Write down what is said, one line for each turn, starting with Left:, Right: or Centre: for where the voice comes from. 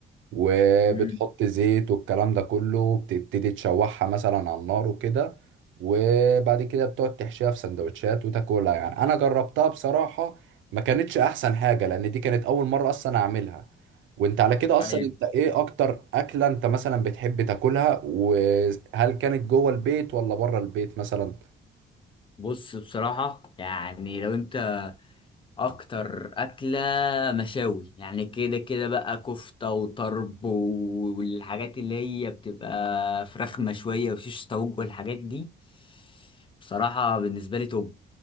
Right: وبتحط
Left: امم
Right: زيت والكلام ده كله بتبتدي تشوحها مثلا على النار وكده وبعد كده بتقعد تحشيها في سندوتشات وتاكلها يعني انا جربتها بصراحة ما كانتش احسن حاجة لان دي كانت اول مرة اصلا اعملها وانت على كده اصلا
Left: طيب
Right: انت ايه اكتر اكلة انت مثلا بتحب تاكلها وهل كانت جوه البيت ولا بره البيت مثلا
Left: بص بصراحه يعني لو انت اكتر اكله مشاوي يعني كده كده بقى كفته وطرب والحاجات اللي هي بتبقى فراخ مشويه وشيش طاووق والحاجات دي بصراحه بالنسبه لي توب